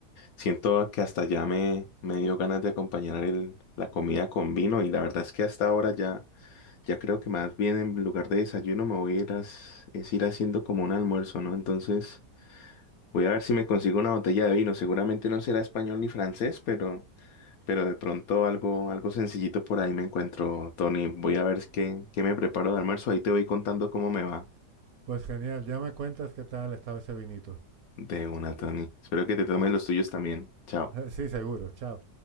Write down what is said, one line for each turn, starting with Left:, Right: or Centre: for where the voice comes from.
Left: Siento que hasta ya me, me dio ganas de acompañar el- la comida con vino y la verdad es que hasta ahora ya, ya creo que más bien en lugar de desayuno me voy a ir, as- es ir haciendo como un almuerzo, ¿no? Entonces voy a ver si me consigo una botella de vino. Seguramente no será español ni francés, pero, pero de pronto algo, algo sencillito por ahí me encuentro, Tony. Voy a ver qué, qué me preparo de almuerzo. Ahí te voy contando cómo me va
Right: Pues genial, ya me cuentas qué tal estaba ese vinito.
Left: de una, Tony. Espero que te tomes
Right: Va.
Left: los tuyos también. Chao.
Right: <laughs> Sí, seguro, chao.